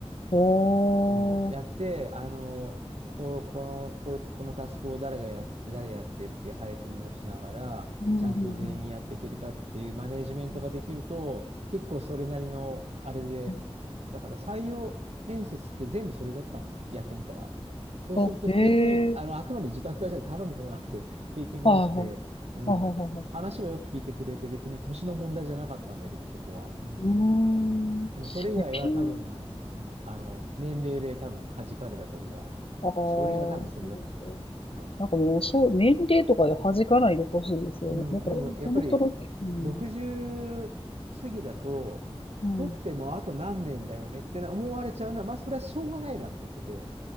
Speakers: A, on the left; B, on the right.
A: おー。
B: うん、やって、あの、こ、この、これ、このタスクを誰がやって、誰やってっていう配分をしながら、
A: うん、
B: ちゃんと全員やっていけるかっていうマネージメントができると、
A: うん、うん。うん
B: 結構それなりの、あれで、
A: うん
B: だから採用面接って全部それだったのね、やってみたら。そうすると経験、
A: あ、ええー。
B: あの、あくまで受託会社で頼む方なので、<laughs> 経験がなくて、
A: はいはい。
B: うん、
A: はいはいはい。
B: 話はよく聞いてくれて、別に年の問題じゃなかったんだけど、そこは。うん
A: うーん。
B: でもそれ以外は多分、
A: え、ピン。
B: うん、あの、年齢で多分弾かれたとこが、
A: ああ、そうですか。
B: 書類は多分それだと思います。はい。
A: なんかもう、そう、年齢とかで弾かないでほしいですよね。
B: うん、
A: なんか、
B: でもやっぱり60過ぎだと、
A: その人の、うんうん。
B: 取ってもあと何年だよねって思われちゃうのは、まあそれはしょうがないなと思ってて、